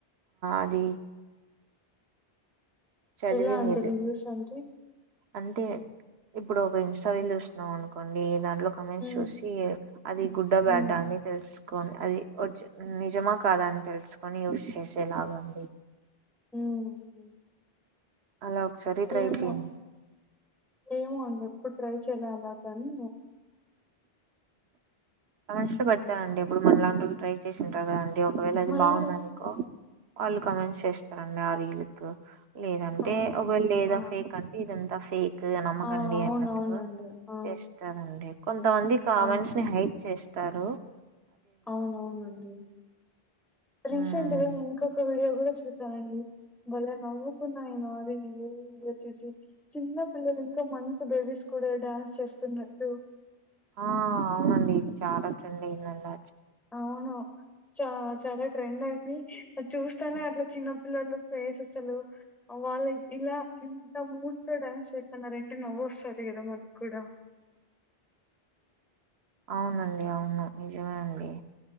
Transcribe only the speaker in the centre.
ఎలా అంటరివూ
సజ
మ్మ్
మ్మ్
మ్మ్
ఏమో
ఏమో అండి ఎప్పుడు ట్రై చేయాల అలా కాని
మళ్ళీ
ఆ
ఆ
ఆ అవునవునండి
ఆ
అవును
అవునవునండి రీసెంట్
గా ఇంకొక వీడియో గూడా చూసానండి బలే నవ్వుకున్నా నేను అదే వీడియో చూసి చిన్న పిల్లలు ఇంకా మంత్స్ బేబీస్ కూడా డాన్స్ చేస్తున్నట్టు
అవును చ చాలా ట్రెండ్ అయింది చూస్తానే
అట్లా చిన్న ప్ పిల్లలు ఫేస్ అసలు వాళ్ళ ఇలా ఇంత మూవ్స్ తో డ్యాన్స్ చేస్తున్నరంటే నవ్వు వస్తది గదా మనకు కూడా